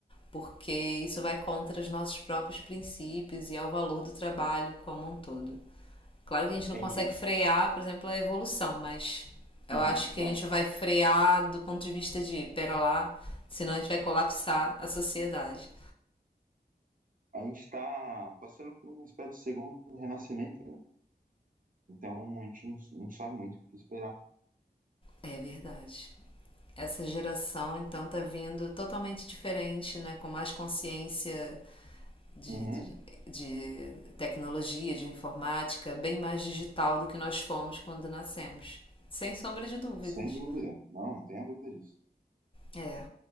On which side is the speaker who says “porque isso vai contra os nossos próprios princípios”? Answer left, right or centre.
Left